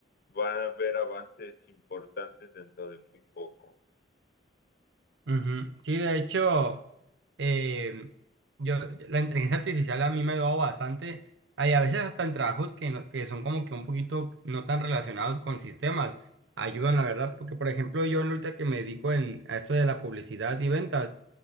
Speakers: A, on the left; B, on the right.
A: va a haber avances importantes dentro de muy poco.
B: Ujú. Sí, de hecho, eh, yo, la inteligencia artificial a mí me ha ayudado bastante. Hay a veces hasta en trabajos que, no- que son como que un poquito no tan relacionados con sistemas. Ayudan, la verdad, porque por ejemplo yo ahorita que me dedico en, a esto de la publicidad y ventas,